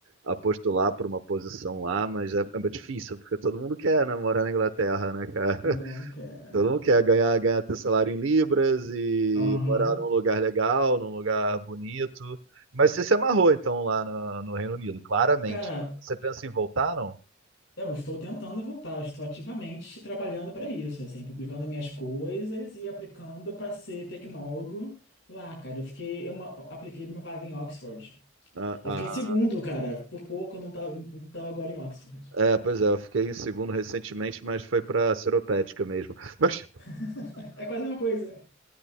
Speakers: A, on the right (about 85°); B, on the left (about 70°).
A: a postular para uma posição lá, mas é, é difícil, porque todo mundo quer, né, morar na Inglaterra, né, cara?
B: Todo
A: <laughs>
B: mundo quer.
A: Todo mundo quer ganhar, ganhar teu salário em libras e
B: Aham.
A: morar num lugar legal, num lugar bonito. Mas você se amarrou, então, lá no, no Reino Unido, claramente.
B: Cara,
A: Você pensa em voltar, não?
B: Eu estou tentando voltar, estou ativamente trabalhando para isso, assim, publicando minhas coisas e aplicando para ser tecnólogo lá, cara. Eu fiquei, eu ma- apliquei para uma vaga em Oxford.
A: Ah,
B: Eu fiquei em segundo, cara. Por pouco eu não tava, não tava agora em Oxford.
A: É, pois é, eu fiquei em segundo recentemente, mas foi para Seropédica mesmo. <laughs> Mas,
B: <laughs> É quase uma coisa.